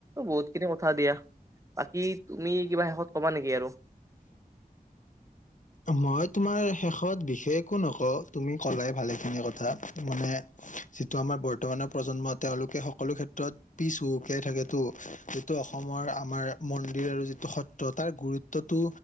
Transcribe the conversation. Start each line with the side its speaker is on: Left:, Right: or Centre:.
Right: বহুত খিনি কথা দিয়া বাকি তুমি কিবা শেষত কবা নেকি আৰু
Left: মই তোমাৰ শেষত বিশেষ একো নকওঁ তুমি কলাই ভালেখিনি কথা মানে যিটো আমাৰ বৰ্তমানৰ প্ৰজন্মত তেওঁলোকে সকলো ক্ষেত্ৰত পিছ উুকিয়াই থাকেতো যিটো অসমৰ আমাৰ মন্দিৰ আৰু যিটো সত্ৰ তাৰ গুৰুত্বটো